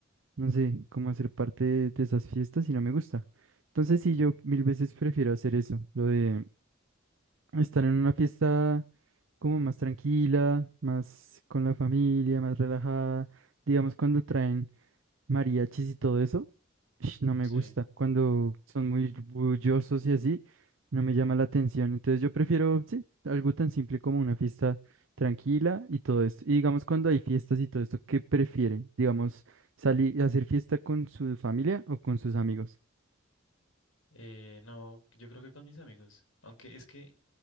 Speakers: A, on the right (about 70°); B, on the left (about 85°).
A: no sé, cómo hacer parte de, de esas fiestas y no me gusta. Entonces sí, yo mil veces prefiero hacer eso, lo de estar en una fiesta como más tranquila, más con la familia, más relajada. Digamos, cuando traen mariachis y todo eso, ish, no me
B: Sí.
A: gusta. Cuando son muy bullosos y así, no me llama la atención. Entonces yo prefiero, sí, algo tan simple como una fiesta tranquila y todo esto. Y digamos, cuando hay fiestas y todo esto, ¿qué prefiere? Digamos, salir a hacer fiesta con su familia o con sus amigos.
B: Eh, no, yo creo que con mis amigos. Aunque es que